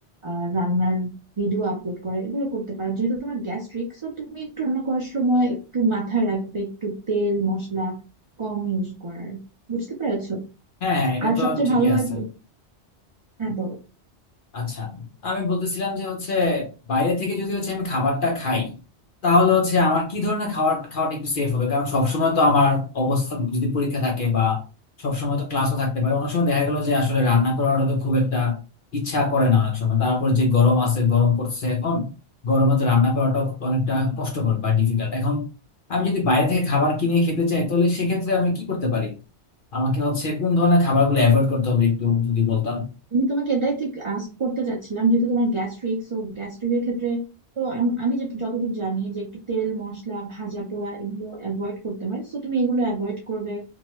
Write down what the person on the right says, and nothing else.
আহ, রান্নার ভিডিও আপলোড করে এগুলো করতে পারো যেহেতু তোমার গ্যাস্ট্রিক সো তুমি একটু রান্না করার সময় একটু মাথায় রাখবে একটু তেল মশলা কম ইউজ করার বুঝতে পেরেছো
আর
সবচেয়ে
ভালো হয়
হ্যাঁ বলো।
আমি তোমাকে এটাই ঠিক আস্ক করতে চাচ্ছিলাম যেহেতু তোমার গ্যাস্ট্রিক সো গ্যাস্ট্রিকের ক্ষেত্রে তো আম- আমি যে যতদূর জানি যে একটু তেল মশলা ভাজা পোড়া এগুলো অ্যাভয়েড করতে হয় সো তুমি এগুলো অ্যাভয়েড করবে